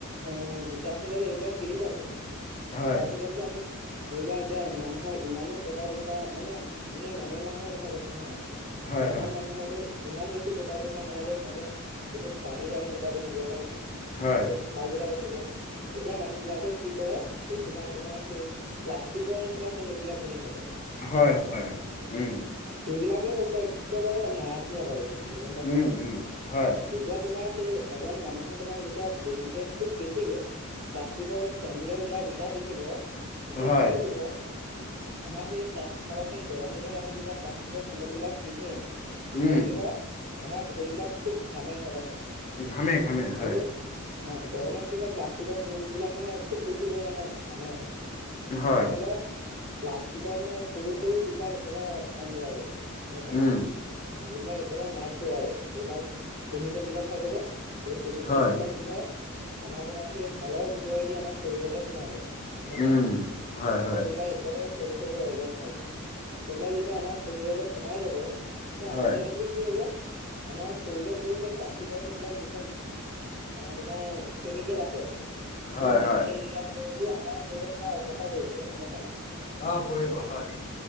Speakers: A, on the right; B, on the left.
A: অ', জোতা- চেন্দেল এনি টাইম পিন্ধি থাকোঁ
B: হয়
A: জোতা চেণ্ডেল টো আমি ধৰি লোৱা এতিয়া মানুহৰ ইমানো টকা পইচা মানে এনে নৰ্মেল মানুহৰ কথা কৈছো হা
B: হয়
A: সাধাৰন
B: হয়
A: মানুহৰ তো ইমান বেছি টকা পইচা নহয় যে সিহঁতে বহুত দামী, দামী জোতা পিন্ধিব হয় নে নহয়
B: হয়
A: বহুত ভাল জোতা পিন্ধিব, এতিয়া মানুহ বিলাকে কি কৰে বেছিভাগ তোমাৰ সেই প্লাষ্টিকৰ নিচিনা চেন্দডেল বিলাক পিন্ধি থাকে
B: হয়, হয় উম
A: সেইবিলাকেই হৈছে একেবাৰে মাৰাত্মক আৰু বস্তু গম পাইচা
B: উম
A: নাই
B: উম হয়
A: যেতিয়া তোমাৰ সেই এজন মানুহে তোমাৰ যেতিয়া বেছি খুব বেছিকে প্লাষ্টিকৰ চেণ্ডেল বা জোতা পিন্ধিব এতিয়া
B: হয়
A: কি হ'ব আমাৰ সেই চাবাচোন গৰম দিনত আমি যেতিয়া প্লাষ্টিকৰ চেণ্ডেল বিলাক পিন্ধো তেতিয়া
B: উম
A: কি হয়, আমাৰ ভৰিবলাক খুব ঘামেই চাবাচোন।
B: ঘামে ঘামে হয়।
A: আৰু অ', গৰমত কি হয়, প্লাষ্টিকৰ চেন্দেল বিলাক মানে, খুব বেছি পৰিমানে ঘামে
B: হয়
A: যাৰ ফলত, প্লাষ্টিকৰ, মানে, সৰু, সৰু, যিবিলাক একেবাৰে অংগ আৰু গম পাইছানে,
B: উম
A: যিবিলাক একেবাৰে মাইক্ৰ আৰু সেইবিলাক কেমিকেল বিলাক থাকে যে এই কেমিকলল
B: হয়
A: বিলাক কি হয় আমাৰ তোমাৰ সেই ছালৰ ভিতৰেদি আমাৰ শৰীৰ অলপ সোমাই যায় পাইছা
B: উম
A: ন
B: হয়
A: প্লাষ্টিকৰ
B: হয়
A: যিবিলাক একেবাৰে সৰু সৰু অৰ্গেনছ আৰু সেইবিলাক যেতিয়া আমাৰ শৰীৰলৈ সোমাই যাব তে
B: হয়
A: আল্টিমেটলি কি হ'ব আমাৰ শৰীৰত গৈ সেই প্লাষ্টিকৰ সেইবিলাক যিবিলাক অ তোমাৰ কেমিকেল আছে সেই
B: হয়
A: কেমিকেল
B: হয়
A: বিলাক আমাৰ শৰীৰত তোমাৰ অপকাৰ কৰিব লাগে গম পাইছ নাই
B: অ', কৰিব হয়।